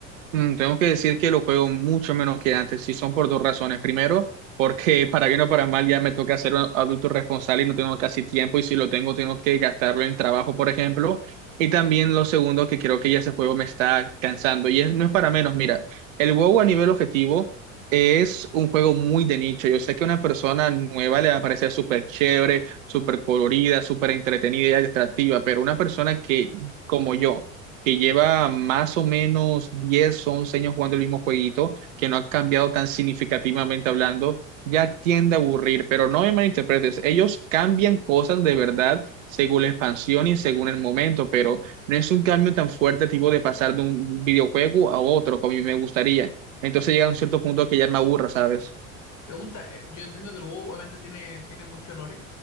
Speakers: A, on the right; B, on the left.
A: Mm, Tengo que decir que lo juego mucho menos que antes, y son por dos razones. Primero, porque para bien o para mal ya me toca ser un adulto responsable y no tengo casi tiempo, y si lo tengo, tengo que gastarlo en trabajo, por ejemplo. Y también lo segundo, que creo que ya ese juego me está cansando, y es, no es para menos. Mira, el WoW a nivel objetivo es un juego muy de nicho. Yo sé que a una persona nueva le va a parecer súper chévere, súper colorida, súper entretenida y atractiva, pero una persona que, como yo, que lleva más o menos 10, 11 años jugando el mismo jueguito, que no ha cambiado tan significativamente hablando, ya tiende a aburrir, pero no me malinterpretes, ellos cambian cosas de verdad según la expansión y según el momento, pero no es un cambio tan fuerte tipo de pasar de un videojuego a otro como a mí me gustaría. Entonces
B: Mm, Entiendo.
A: llega a un cierto punto que ya no me aburra, ¿sabes?
B: Pregunta, eh, yo entiendo que el WoW obviamente tiene, tiene mucho lore,